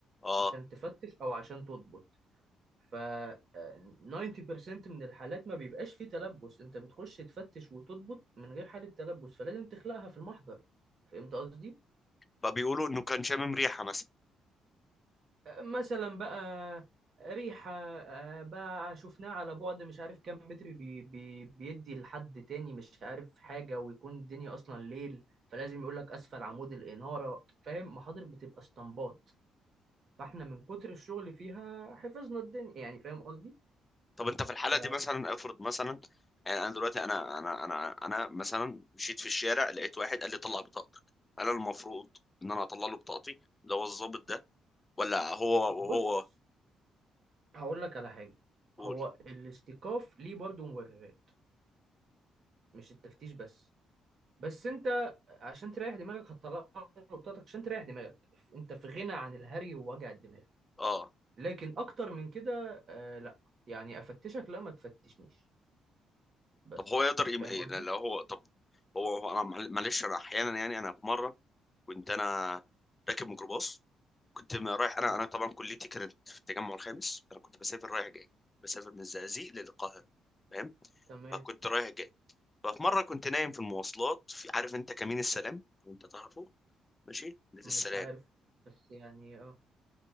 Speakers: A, on the left; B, on the right.
A: اه
B: عشان تفتش او عشان تضبط ف آه، 90% من الحالات ما بيبقاش فيه تلبس انت بتخش تفتش وتضبط من غير حالة تلبس فلازم تخلقها في المحضر فهمت قصدي
A: فبيقولوا انه كان شامم ريحه مثلا
B: آه، مثلا بقى ريحة آه، بقى شفناها على بعد مش عارف كام متر بي بي بيدي لحد تاني مش عارف حاجة ويكون الدنيا أصلا ليل فلازم يقولك أسفل عمود الإنارة فاهم محاضر بتبقى اسطمبات فاحنا من كتر الشغل فيها حفظنا الدنيا يعني فاهم قصدي
A: طب انت في الحاله
B: ف
A: دي مثلا افرض مثلا يعني انا دلوقتي انا انا انا انا مثلا مشيت في الشارع لقيت واحد قال لي طلع بطاقتك انا المفروض ان انا اطلع له بطاقتي ده هو الضابط ده ولا هو
B: بص
A: هو
B: هقول لك على حاجة
A: يقول
B: هو الاستيقاف ليه برضه مبررات مش التفتيش بس بس انت عشان تريح دماغك هتطلع نقطتك عشان تريح دماغك انت في غنى عن الهري ووجع الدماغ
A: اه
B: لكن اكتر من كده آه لا يعني افتشك لا ما تفتشنيش بس
A: طب هو يقدر يم...
B: فاهم
A: إيه
B: قصدي؟
A: لو هو طب هو هو انا معل- معلش انا احيانا يعني انا في مره كنت انا راكب ميكروباص كنت م- رايح انا
B: امم
A: انا طبعا كليتي كانت في التجمع الخامس فانا كنت بسافر رايح جاي بسافر من الزقازيق للقاهره فاهم
B: تمام
A: فكنت رايح جاي ففي مره كنت نايم في المواصلات في عارف انت كمين السلام وانت تعرفه ماشي اللي
B: مش
A: في السلام
B: عارف بس يعني اه